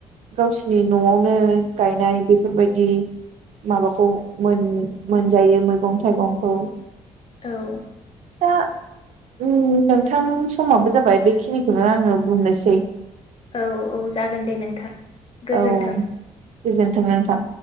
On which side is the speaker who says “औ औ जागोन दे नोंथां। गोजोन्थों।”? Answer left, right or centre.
Left